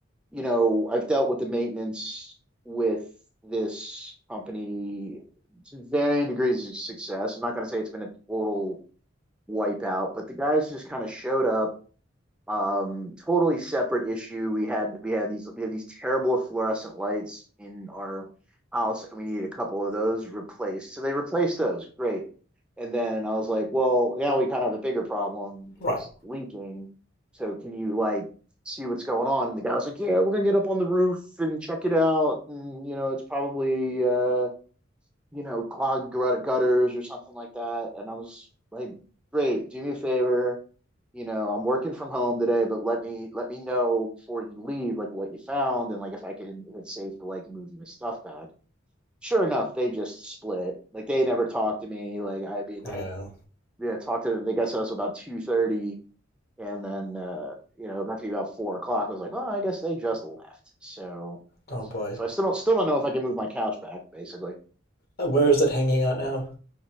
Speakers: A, in the centre; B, on the left.
A: you know, I've dealt with the maintenance with this company to varying degrees of success. I'm not going to say it's been a total wipeout, but the guys just kind of showed up um totally separate issue we had we had these we had these terrible fluorescent lights in our house and we needed a couple of those replaced so they replaced those great and then i was like well now we kind of have a bigger problem with
B: Right.
A: this leaking so can you like see what's going on and the guy was like yeah we're gonna get up on the roof and check it out and you know it's probably uh you know clogged gutters or something like that and i was like great do me a favor you know, I'm working from home today, but let me let me know before you leave, like what you found and like if I can if it's safe to like move my stuff back. Sure enough, they just split. Like they never talked to me. Like I mean,
B: Yeah.
A: I yeah talked to them. They got to us about two thirty, and then uh, you know it must be about four o'clock. I was like, oh, I guess they just left. So
B: Oh
A: so
B: boy.
A: so I still don't still don't know if I can move my couch back. Basically,
B: Uh, Where is it hanging out now?